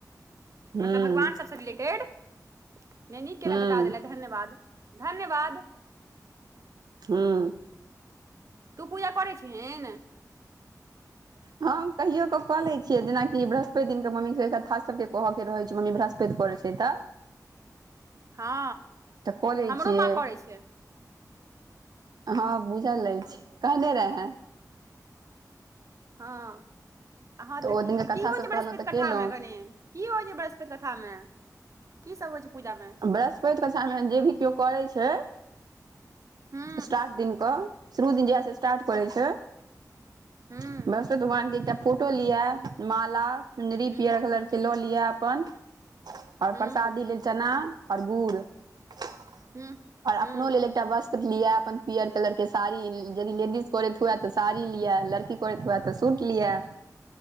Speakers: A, on the right; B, on the right.
A: हूँ
B: मतलब भगवान सबसँ रिलेटेड नहि नीक केल
A: हूँ
B: बता देल धन्यवाद। धन्यवाद।
A: हुं।
B: तू पूजा करै छहीन।
A: हम कहियो क क ले छीयै जेना की बृहस्पति दिन के मम्मी के कथा सब के कह के रहे छै मम्मी बृहस्पति करे छै। <unintelligible>
B: हँ
A: तऽ कऽ लै
B: हमरो
A: छिय।
B: माँ करै छै
A: हँ बुझल अछि कहने रहै।
B: हँ हँ तऽ
A: ओ
B: की
A: दिनके
B: की
A: कथा
B: होइ
A: सब
B: छै बृहस्पति
A: कहलहुँ तऽ
B: कथा
A: केलहुँ
B: मे कनी। की होइ छै बृहस्पति कथा मे की सब होइ छै पूजा मे।
A: बृहस्पतिक कथा मे जे भी केओ करै छै
B: हूँ
A: स्टार्ट दिन कऽ। शुरू दिन जहिया स स्टार्ट करे
B: हूँ
A: छै
B: हूँ
A: बृहस्पत भगवान के एकटा फोटो लिअ माला, चुन्दरी,
B: हूँ
A: पीयर
B: हूँ
A: कलरके
B: हूँ
A: लऽ लिअ अपन। आओर
B: हूँ
A: प्रसादी
B: हूँ
A: लेल चना और गुड़। और
B: हँ हूँ हँ
A: अपनो लेल एकटा वस्त्र लिय अपन पियर कलर के साड़ी यदि लेडीज करैत हुए तऽ साड़ी लिय लड़की की करैत हुआ तऽ सुट लिया।